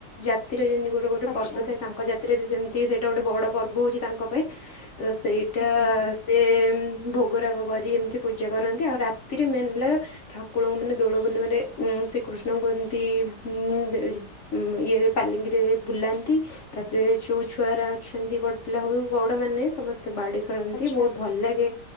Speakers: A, on the left (about 55°); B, on the left (about 80°).
A: ଜାତିର ଯେମତି ଗୋ ଯୋଉ ଗୋଟେ
B: ଆଚ୍ଛା
A: ପର୍ବ ଥାଏ ତାଙ୍କ ଜାତିରେ ବି ସେମିତି ସେଇଟା ଗୋଟେ ବଡ ପର୍ବ ହଉଛି ତାଙ୍କ ପାଇଁ। ତ ସେଇଟା
B: ହୁଁ ହୁଁ
A: ସେ ଭୋଗରାଗ କରି ଏମିତି ପୂଜା କରନ୍ତି ଆଉ ରାତିରେ ମେନ୍ ହେଲା ଠାକୁରଙ୍କୁ ମାନେ ଦୋଳ ପୂର୍ଣିମା ରେ ଉଁ ଶ୍ରୀକୃଷ୍ଣଙ୍କୁ ଏମିତି ମୁଁ ଯେ ଯି ଉଁ ଇଏ ପାଲିଙ୍କିରେ ବୁଲାନ୍ତି। ତାପରେ ଯୋଉ ଛୁଆଗୁରା ଅଛନ୍ତି ବଡ ପିଲା ହଉ ବଡ ମାନେ ସମ ସ୍ତେ ବାଡି ଖେଳନ୍ତି
B: ଆଚ୍ଛା
A: ବହୁତ ଭଲ ଲାଗେ।